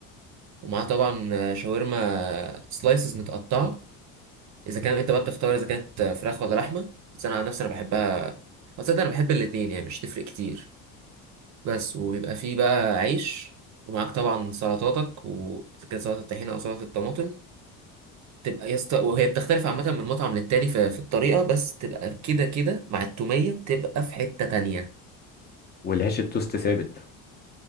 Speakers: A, on the right (about 50°); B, on the left (about 25°).
A: ومعاها طبعا شاورما سلايسز متقطعه اذا كان انت بقى بتختار اذا كانت فراخ ولا لحمه بس انا عن نفسي انا بحبها أو تصدق انا بحب الاتنين يعني مش تفرق كتير بس وبيبقى فيه بقى عيش ومعاك طبعا سلطاتك وكده سلطة الطحينة أو سلطة الطماطم تبقى يست... وهي بتختلف عامة من مطعم للتاني في... في الطريقة بس تبقى كده كده مع التومية بتبقى في حتة تانية
B: والعيش التوست ثابت